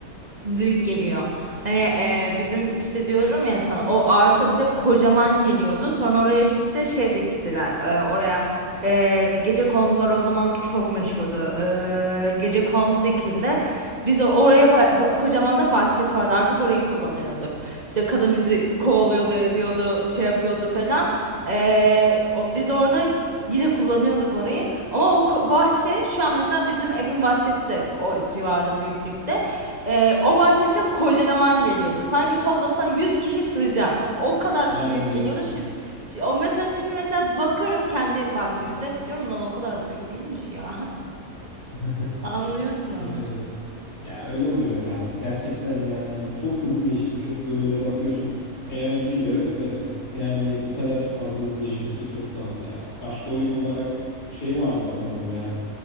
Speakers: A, on the right; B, on the left.
A: Büyük geliyor. Hani e, bizim işte diyorum ya sana o arsa bize kocaman geliyordu. Sonra oraya işte şey diktiler. e, oraya e, gece kondular o zaman çok meşhurdu. E, gece kondu dikildi. Biz o- oraya ba- ba- kocaman da bahçesi vardı. Artık orayı kullanıyorduk. İşte kadın bizi kovalıyordu, ediyordu, şey yapıyordu falan. E, o- biz orada yine kullanıyorduk orayı. Ama o ko- bahçe şu an mesela bizim evin bahçesi de o civarda büyüklükte. Ee, o bahçe bize kocaman geliyordu. Sanki toplasan 100 kişi sığacak. O kadar
B: Aynen
A: büyük geliyordu.
B: öyle.
A: Şimdi, şi- o mesela şimdi mesela bakıyorum kendi bahçemize. Diyorum lan o kadar da büyük değilmiş ya.
B: <laughs>
A: <laughs> Anlıyorsun onu.
B: Evet, evet. Ya öyle oluyor ya. Gerçekten yani çok hızlı geçti. Çok böyle bakıyorsun. Eğlenceliydi evet de yani bu kadar fazla hızlı geçmesi çok tuhaf ya. Başka oyun olarak şey vardı sanırım ya